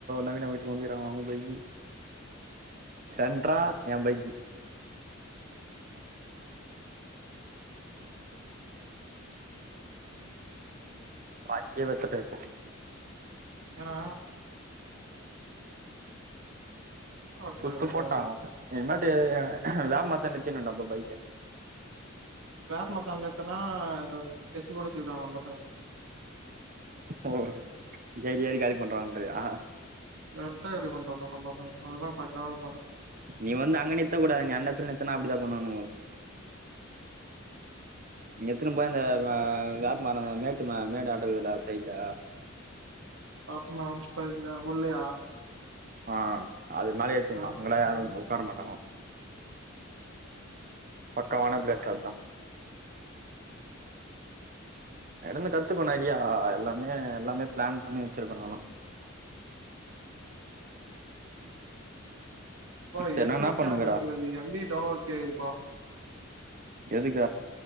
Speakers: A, on the right; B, on the right.
A: நவீன வீட்டுக்கு வந்துருக்காங்க அவங்க பைகி சென்ட்ரா எய பைகி பாக்கியவத்தட்ட இப்போ
B: ஏனா ஓகே
A: சுத்து
B: ஓகே
A: போட்டாவு ம் இனிமேட்டு வேப்ப மரத்தாண்டு நிறுத்திடனு டா அப்ப பைக்க
B: வேப்பில தங்கத்தனா ஸ்கெட்ச் போட்டு தூக்கிடுவாங்க நம்ம பசங்க
A: ஓ ஏறி ஏறி காலி பண்றன்றியா ஆ
B: கரட்டா ரெடி பண்றாங்க நம்ம பசங்க அதெல்லா பக்காவா இருப்பாங்க
A: நீ வந்து அங்க நிறுத்த கூடாது நீ அந்த இடத்துல நிறுத்தினா அப்டித்தா பண்ணுவான்னுங்கோ எத்துனு போய் அ அந்த வேப்பமர மேட்டு மேடாட்ட இருக்குதுல்ல சைடு்ல
B: பாத்திமா அவுங்க சைடுல உள்ளல்லையா
A: ஆ அது மேல ஏதேனு
B: ஆ
A: இவங்களா யாரு உட்கார மாட்டாங்க பக்காவான பிளேஸ் அதுதா அதிலிருந்து கத்துக்கணு நெறையா எல்லா இனிமே எல்லாமே பிளான் பண்ணி வச்சிருக்குனு எல்லா
B: அப்பா
A: சரி
B: எட்நூத்தி
A: என்னா என்னா பண்ணுக்குற
B: ஐம்பத்திறு எம்பி டவுன்லோட் கேக்குதுப்பா
A: எதுக்க